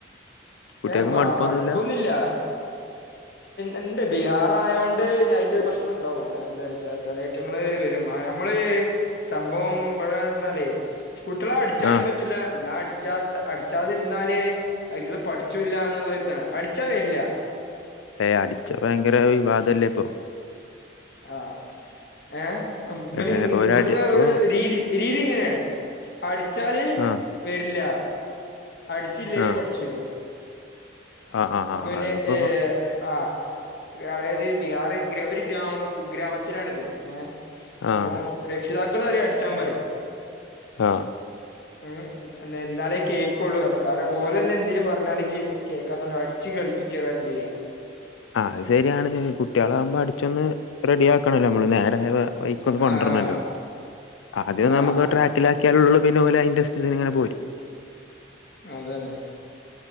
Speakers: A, on the left; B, on the left.
A: കുട്ടികൾക്ക്
B: ഏഹ് മാ
A: മടുപ്പൊന്നുല്ല
B: മടുപ്പൊന്നുംല്ല ഉണ്ട് ബിഹാറ ആയതോണ്ട് ഞാൻ അയിന്റെ ഒരു പ്രശ്നുണ്ടാ എന്താച്ചാ ചിലറ്റങ്ങള് വരും നമ്മള് സംഭവം ഇവിടെന്നാലേ കുട്ടിളെ അടിച്ചാനും
A: ആഹ്
B: പറ്റൂല്ല എന്നാ അടിച്ചാത്ത അടിച്ചാതിരുന്നാലേ അയിറ്റിങ്ങള് പഠിച്ചുല്ല എന്നുള്ളരിതാ അടിച്ചാ വരില്ല
A: ഏയ് അടിതു ഭയങ്കര വിവാദല്ലേ ഇപ്പൊ
B: ആ ഏ ബ്ര്
A: ഏഹ് ഇപ്പൊ ഒരടി
B: ഇബ്ടുത്തെ
A: ഇപ്പൊ
B: ഒരു രീതി രീതി ഇങ്ങനെയാണ് അടിച്ചാല്
A: ആഹ്
B: വരില്ല അടിച്ചില്ലേല്
A: ആഹ്
B: പഠിച്ചൂലാ
A: ആഹ്
B: അപ്പൊ
A: ആഹ്
B: പിന്നെ
A: അതിപ്പോ
B: ഏ ആ അതായത് ബിഹാർ ഗ്രാ ഒരു ഗ്രാമം കുഗ്രാമത്തിലാണിത് ഏ
A: ആഹ്
B: അപ്പോം രക്ഷിതാക്കള് വരെ അടിച്ചാൻ പറയും
A: ആഹ്
B: ഏഹ് എന്നെന്താലേ കേക്കോള്ളു പറ കാരണം ഓലന്നെ എന്തേലും പറഞ്ഞാല് കേ കേക്കാത്തകൊണ്ട് അടിച്ച് കേൾപ്പിച്ച് കാര്യം ചെയ്യാം
A: അ അത് ശരിയാണ് കുട്ടികളാകുമ്പോ അടിച്ചൊന്ന് റെഡി ആക്കണല്ലോ നമ്മള് നേരെ ഹെ വയിക്കൊന്ന് കൊണ്ടുവരണല്ലോ
B: ആഹ്
A: ആദ്യം
B: ആഹ്
A: നമുക്ക് ട്രാക്കിലാക്കിയാലുള്ളൂ പിന്നെ ഓലെ അയിന്റെ സ്ഥിതിലിങ്ങനെ
B: അതന്നെ